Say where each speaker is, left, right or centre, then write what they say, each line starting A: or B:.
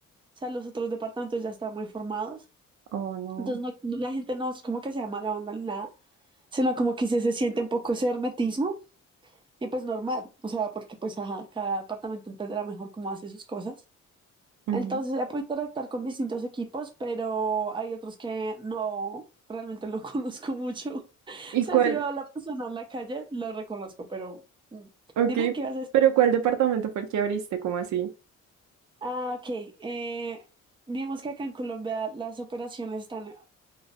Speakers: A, on the right; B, on the right.
A: sea, los otros departamentos ya están muy formados.
B: Oh, no.
A: Entonces, no- no- la gente no es como que sea mala onda ni nada, sino como que sí se siente un poco ese hermetismo y pues normal, o sea, porque pues ajá, cada departamento entenderá mejor cómo hace sus cosas.
B: Ujú.
A: Entonces, he podido interactuar con distintos equipos, pero hay otros que no, realmente no <laughs> conozco mucho. O
B: ¿Y
A: sea,
B: cuál?
A: si veo a la persona en la calle, la reconozco, pero mm,
B: Ok,
A: dime qué vas a
B: pero ¿cuál departamento fue el que abriste? ¿Cómo así?
A: Ah, ok. Eh, digamos que acá en Colombia las operaciones están.